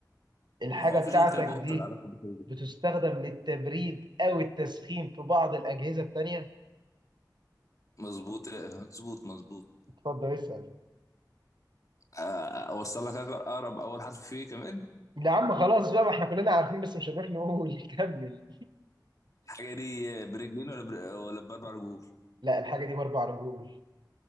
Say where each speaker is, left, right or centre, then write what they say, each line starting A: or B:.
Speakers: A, on the right; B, on the left.
A: الحاجه
B: ما هو
A: بتاعتك
B: فيش غير كلب قط
A: دي
B: اللي علاقه بكده
A: بتستخدم للتبريد او التسخين في بعض الاجهزه التانيه
B: مظبوط مظبوط مظبوط
A: اتفضل اسال
B: آه، اوصل لك اقرب اول حرف فيه كمان
A: لا يا عم خلاص بقى ما احنا كلنا عارفين بس مش هنروح نقول <laughs> كمل
B: الحاجه دي برجلين ولا بر... ولا باربع رجول
A: لا الحاجه دي باربع رجول